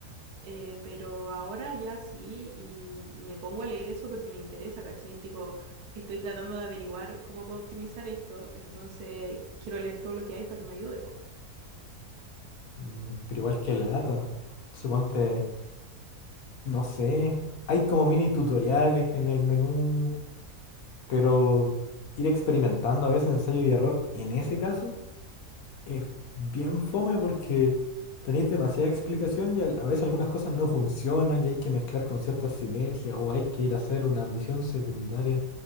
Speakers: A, on the right; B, on the left.
A: Eh, pero ahora ya sí, y me pongo a leer eso porque me interesa, ¿cachai? Tipo, estoy tratando de averiguar cómo puedo optimizar esto, entonces quiero leer todo lo que hay para que me ayude, po.
B: Mm, pero igual que lata. Suponte, no sé, hay como mini tutoriales en el menú. Pero ir experimentando a veces ensayo y error, en ese caso, es bien fome porque tenéis demasiada explicación y al- a veces algunas cosas no funcionan y hay que mezclar con ciertas sinergias o hay que ir a hacer una misión secundaria